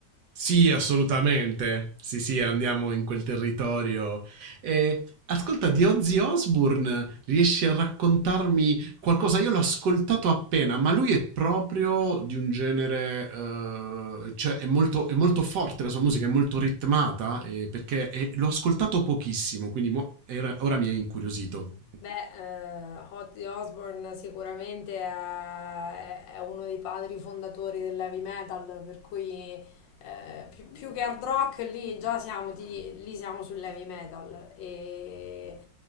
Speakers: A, on the right; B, on the left.
A: Sì, assolutamente. Sì, sì, andiamo in quel territorio. E ascolta, di Ozzy Osbourne, riesci a raccontarmi qualcosa? Io l'ho ascoltato appena, ma lui è proprio di un genere, eh, cioè è molto, è molto forte, la sua musica è molto ritmata, eh, perché è- l'ho ascoltato pochissimo, quindi mo- era- ora mi è incuriosito.
B: Beh, eh, Ozzy Osbourne sicuramente è, è uno dei padri fondatori dell'heavy metal, per cui eh, più, più che hard rock lì già siamo, ti- lì siamo sull'heavy metal. E